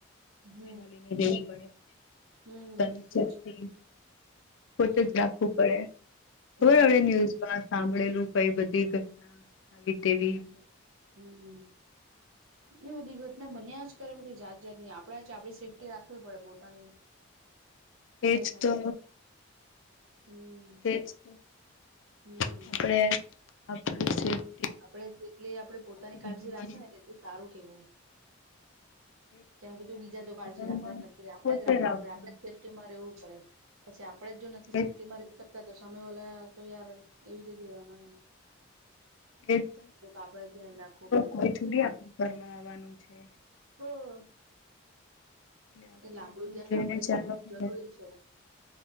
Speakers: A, on the right; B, on the left.
A: હમ
B: સંભાલી ને રેવુ પડે
A: હમ
B: પોતાની સેફ્ટી.
A: એજ
B: પોતે
A: હમ
B: જ રાખવું પડે ખબર
A: હમ
B: <unintelligible> ન્યૂઝમાં સાંભળેલું કઈ બધી. ઘટના આવી તેવી
A: હમ હમ. એ બધી ઘટના બન્યા જ કરે બધી જાત જાત ની આપણે જ આપણી સેફ્ટી રાખવી પડે પોતાની. <inaudible>
B: એજ
A: થાય
B: તો
A: હમ
B: તેજ આપડે
A: હમ
B: આપડી <unintelligible>
A: આપડે જેટલી આપડે પોતાની
B: આપણી
A: કાળજી
B: જવાની
A: રાખીએને તેટલું સારું કેવાય.
B: આપણે
A: કેમ કે તું બીજા જોડ
B: પોતાનું
A: કાળજી રાખવા નથી આપડે
B: પોતે
A: જ રાખવું
B: રાખવાનું
A: પડે આપડે સેફ્ટીમાં રેવું પડે પછી આપડે જો નથી
B: એ
A: સેફ્ટીમાં રેતા તો હામે વાલા તો યાર એવી રીતે રેવાના એમ
B: <unintelligible>
A: આપડે જ ધ્યાન રાખવું પડે
B: થોડી આપડું કરવા આવવાનું છે.
A: હા.
B: આપણે
A: એટલે આપડું
B: આપણું
A: ધ્યાન
B: જોઈને
A: આપડે જ
B: ચાલવા
A: રાખવું
B: પડે
A: જ જરૂરી છે.